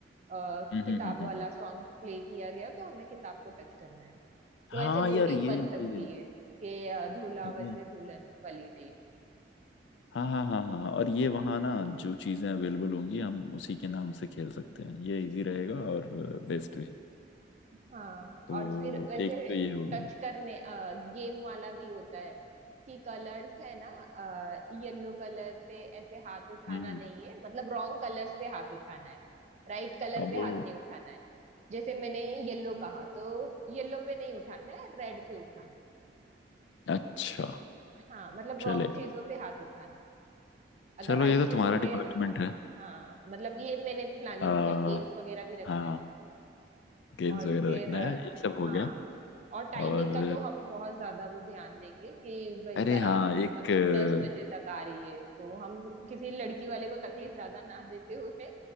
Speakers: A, on the right; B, on the left.
A: आ,
B: हम्म
A: किताब
B: हम्म हम्म,
A: वाला
B: हम्म।
A: सॉन्ग प्ले किया गया तो हमें किताब को टच करना है
B: हाँ
A: तो ऐसे दो
B: यार
A: टीम
B: ये
A: बन
B: ये
A: सकती
B: ये
A: है कि अ, दूल्हा
B: ये
A: वैसे दुल्हन वाली टीम
B: हाँ हाँ हाँ हाँ हाँ, और ये वहाँ ना जो चीज़ें अवेलेबल होंगी हम उसी के नाम से खेल सकते हैं ये इजी रहेगा और बेस्ट भी
A: हाँ
B: तो
A: और फिर वैसे
B: एक तो ये हो गया
A: टच करने गेम वाला भी होता है कि कलर्स है ना येलो कलर पे ऐसे हाथ उठाना
B: हम्म हम्म,
A: नहीं है मतलब रॉन्ग कलर्स पे हाथ उठाना है राइट कलर
B: अब
A: पे
B: वो
A: हाथ नहीं उठाना है जैसे मैंने येलो कहा तो येलो पे नहीं उठाना है रेड पे उठाना
B: अच्छा
A: है हाँ मतलब
B: चलेगा
A: रॉन्ग चीजों पे हाथ उठाना है अगर
B: चलो
A: राइट
B: ये तो
A: चीजों
B: तुम्हारा डिपार्टमेंट
A: पे हाथ
B: है
A: हाँ मतलब ये मैंने प्लानिंग
B: आ,
A: किया है गेम्स वगैरह भी रखना
B: हाँ
A: है
B: गेम्स
A: और
B: वगैरह
A: फिर
B: रखना
A: अ,
B: है ये सब हो
A: हाँ
B: गया
A: और टाइमिंग
B: और
A: का तो हम बहुत ज्यादा वो ध्यान देंगे कि भाई
B: अरे
A: बारात
B: हाँ एक
A: मतलब
B: अ,
A: दस बजे तक आ रही है तो हम किसी लड़की वाले को तकलीफ ज्यादा ना देते हुए